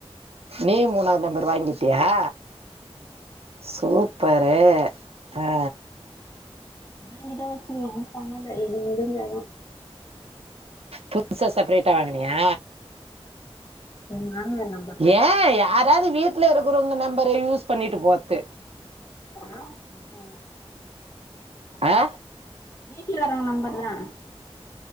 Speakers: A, on the right; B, on the left.
A: நீயு மூணாவ்து நம்பர் வாங்கிட்டியா சூப்பரு ஆ
B: நா இத வச்சுக்குனு ஒண்ணு பண்ணல இது முடிஞ்சாதா
A: புதுசா செபரேட்டா வாங்கினியா
B: நான்வே நா
A: ஏ யாராது வீட்டுல இருக்கறவங்க நம்பர யூஸ் பண்ணிட்டு பொறது
B: ஆ ஆமா
A: ஆ
B: வீட்டுல வரவங்க நம்பர் தா